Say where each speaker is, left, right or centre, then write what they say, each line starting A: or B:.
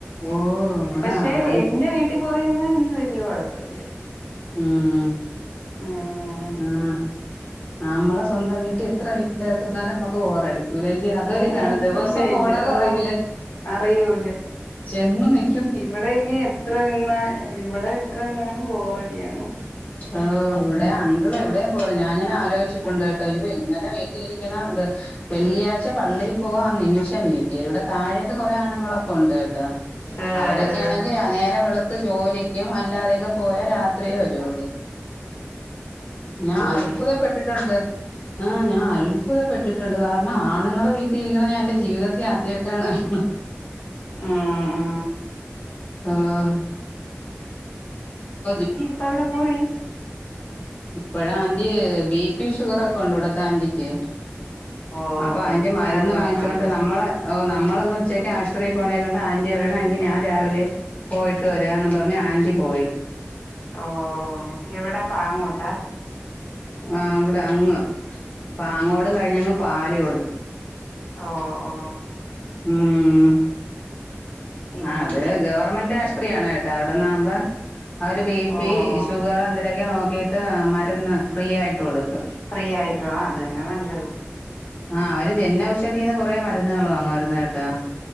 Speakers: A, on the left; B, on the left.
A: ഓ ഇവിടെ
B: പക്ഷെ
A: ആൻ
B: എന്റെ വീ ട്ടി പോയി നിന്ന എനിക്ക് വല്യ കുഴപ്പമില്ല
A: ഉം ഉം
B: ഉം
A: ആഹ് നമ്മള സ്വന്തം വീട്ടി എത്ര അകത്ത് നിന്നാലും നമ്മുക്ക് ബോർ അടിക്കൂല അല്ലേ അതൊരു
B: ഉം
A: ഇതാണ്
B: ഉം
A: ദിവസം
B: ഇല്ല
A: പോണതറിയില്ല
B: ഇല്ല ഓ അറിയൂല
A: ചെന്നു നി
B: ഇവിടെ ഇനി എത്ര നിന്നാ ഇവിടെ എത്ര നിന്നാലും ബോറടിയാണ്
A: ആഹ് ഇവിടെ അങ്കിൾ എവിടെയും പോവില്ല ഞാൻ ഇങ്ങനെ ആലോചിച്ചിട്ടുണ്ട് കേട്ടോ ഇത് എങ്ങനെ ഇരിക്കണ എന്തോ വെള്ളിയാഴ്ച പള്ളിയിൽ പോവാ ആ നിമിഷം വീട്ടിൽ വരും ഇവിടെ താഴെയൊക്കെ കുറെ ആണുങ്ങളൊക്കെ ഉണ്ട് കേട്ടോ
B: ആഹ്
A: അവരൊക്കെ
B: ആഹ്
A: ആണെങ്കിൽ നേരം വെളുത്ത് ജോലിക്കും അല്ലാതെയൊക്കെ പോയാൽ രാത്രിയേ വരുള്ളൂ ഞാൻ
B: പോയില്ലേ
A: അത്ഭുതപ്പെട്ടിട്ടുണ്ട് ആഹ് ഞാൻ അത്ഭുതപ്പെട്ടിട്ടുണ്ട് ആഹ് എന്ന ആണുങ്ങള് വീട്ടിൽ ഇരിക്കണത് ഞാൻ എന്റെ ജീവിതത്തിൽ ആദ്യമായിട്ടാണ് കാണുന്നത്
B: ഉം ഉം
A: ആഹ് <unintelligible>
B: ഇപ്പം എവിടെ പോയി
A: ഇപ്പഴ് ആന്റി ബി പി ഷുഗർ ഒക്കെ ഉണ്ട് ഇവിടത്തെ ആന്റിക്ക്
B: ഓ
A: അപ്പൊ
B: ഓ
A: അതിന്റെ
B: ഞാനത്
A: മരുന്ന്
B: നോക്കാൻ
A: വാങ്ങിച്ചൊണ്ട്
B: പോയി
A: നമ്മളെ ഓ നമ്മള് ഒന്ന് ഉച്ചയ്ക്ക് ആശുപത്രി പോണേ കൊണ്ട് ആന്റി പറയണെ എങ്കി ഞാൻ രാവിലെ പോയിട്ട് വരാന്ന് പറഞ്ഞ് ആന്റി പോയി
B: ഓ എവിടാ പാങ്ങോട്ടാ
A: ആഹ് ഇവിടെ അങ്ങ് പാങ്ങോട് കഴിഞ്ഞങ്ങ് പാലോട്
B: ഓ ഓ ആഹ്
A: ഉം
B: പിന്നെ
A: ആഹ് അതെ അതെ ഗവൺമെന്റ് ആശുപത്രിയാണ് കേട്ടോ അവിടന്നാവുമ്പം അവര് ബി പി
B: ഓ ഓ
A: ഷുഗർ എന്തരൊക്കെ നോക്കിട്ട് മരുന്ന് ഫ്രീ ആയിട്ട് കൊടുക്കും
B: ഫ്രീ ആയിട്ടുള്ള ആഹ് അത് തന്നയാ നല്ലത്
A: ആഹ് അവര് ജനൗഷധീന്ന് കുറേ മരുന്നുകൾ വാങ്ങുവാരുന്ന് അവിടുന്ന കിട്ടുക